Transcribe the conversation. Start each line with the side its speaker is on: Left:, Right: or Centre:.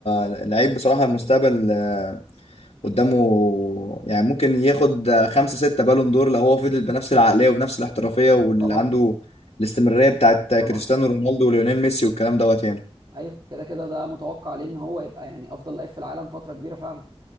Left: لعيب بصراحة المستقبل آه قدامه يعني ممكن ياخد آه، خمسة ستة بالون دور لو هو فضل بنفس العقلية وبنفس الاحترافية واللي
Right: طبعا
Left: عنده الاستمرارية بتاعت كريستيانو
Right: طبعا
Left: رونالدو وليونيل ميسي والكلام دوت يعني
Right: ايوه كده كده ده متوقع لان هو يبقى يعني افضل لعيب في العالم فتره كبيره فعلا